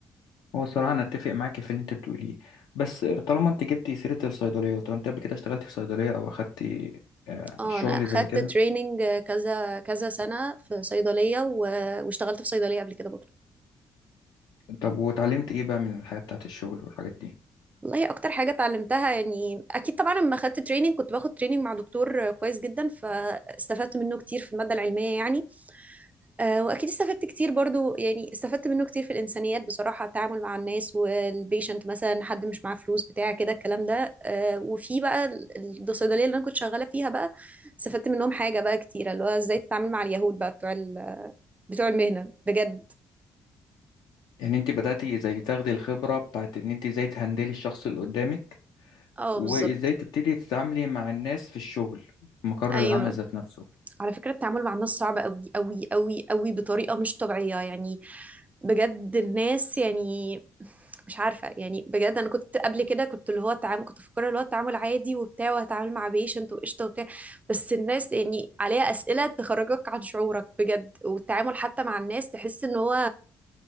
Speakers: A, on the left; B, on the right.
A: هو الصراحة أنا أتفق معاكي في اللي أنت بتقوليه بس طالما أنت جبتي سيرة الصيدلية طب أنت قبل كده اشتغلتي في صيدلية أو أخدتي آه،
B: اه
A: شغل
B: انا اخدت
A: زي كده
B: تريننج كذا كذا سنه في صيدليه و... واشتغلت في صيدليه قبل كده برضه
A: طب واتعلمت إيه بقى من الحياة بتاعت الشغل والحاجات دي
B: والله اكتر حاجه اتعلمتها يعني اكيد طبعا لما خدت تريننج كنت باخد تريننج مع دكتور كويس جدا فاستفدت منه كتير في الماده العلميه يعني آه، واكيد استفدت كتير برضو يعني استفدت منه كتير في الانسانيات بصراحه التعامل مع الناس والبيشنت مثلا حد مش معاه فلوس بتاع كده الكلام ده آه، وفي بقى ال- الصيدليه اللي انا كنت شغاله فيها بقى استفدت منهم حاجه بقى كتيره اللي هو ازاي تتعامل مع اليهود بقى بتوع ال- بتوع المهنه بجد
A: يعني انت بدأتي زي تاخدي الخبرة بتاعت ان انت ازاي تهندلي الشخص اللي قدامك
B: اه
A: وازاي
B: بالظبط
A: تبتدي تتعاملي مع الناس في الشغل في مقر
B: ايوه
A: العمل ذات نفسه
B: على فكرة التعامل مع الناس صعب قوي قوي قوي قوي بطريقة مش طبيعية يعني بجد الناس يعني مش عارفة يعني بجد أنا كنت قبل كده كنت اللي هو التعامل كنت فاكرة اللي هو التعامل عادي وبتاع وهتعامل مع بيشنت وقشطة وبتاع بس الناس يعني عليها أسئلة تخرجك عن شعورك بجد والتعامل حتى مع الناس تحس إن هو